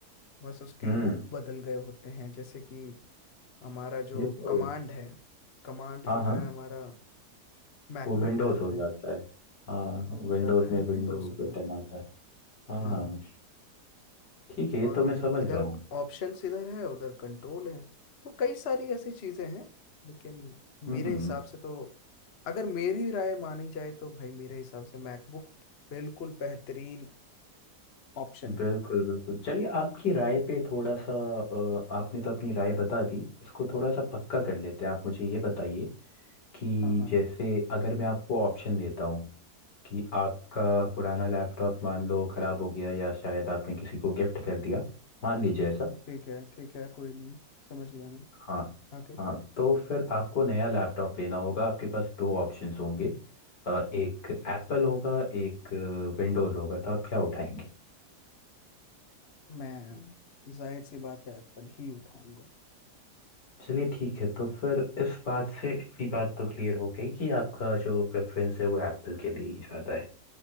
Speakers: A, on the left; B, on the left.
A: बस उसके
B: हम्म
A: रूप बदल गए होते हैं जैसे कि हमारा जो
B: ये तो
A: कमांड है कमांड
B: हाँ
A: जो
B: हाँ
A: है हमारा मैकबुक
B: वो विंडोज
A: में आता
B: हो
A: है
B: जाता है हाँ
A: वो हो
B: विंडोज
A: जाता
B: में
A: है
B: विंडो
A: विंडोज उधर
B: बटन आता है हाँ
A: हाँ
B: हाँ ठीक है ये
A: और
B: तो मैं समझ
A: इधर
B: रहा हूँ
A: ऑप्शंस इधर है उधर कंट्रोल है तो कई सारी ऐसी चीजें हैं लेकिन
B: हम्म
A: मेरे हिसाब से तो अगर मेरी राय मानी जाए तो भाई मेरे हिसाब से मैकबुक बिल्कुल बेहतरीन ऑप्शन
B: बिल्कुल
A: है
B: बिल्कुल चलिए आपकी राय पे थोड़ा सा अ, आपने तो अपनी राय बता दी इसको थोड़ा सा पक्का कर लेते हैं आप मुझे ये बताइए कि
A: हाँ हाँ
B: जैसे अगर मैं आपको ऑप्शन देता हूँ कि आपका पुराना लैपटॉप मान लो खराब हो गया या शायद आपने किसी को गिफ्ट कर दिया मान लीजिए ऐसा
A: ठीक है ठीक है कोई नहीं समझ गया मैं
B: हाँ
A: आगे
B: हाँ तो फिर आपको नया लैपटॉप लेना होगा आपके पास दो ऑप्शंस होंगे अ, एक एप्पल होगा एक विंडोज़ होगा तो आप क्या उठाएंगे
A: मैं जाहिर सी बात है एप्पल ही उठाऊंगा
B: चलिए ठीक है तो फिर इस बात से इतनी बात तो क्लियर हो गई कि आपका जो प्रेफरेंस है वो एप्पल के लिए ही ज़्यादा है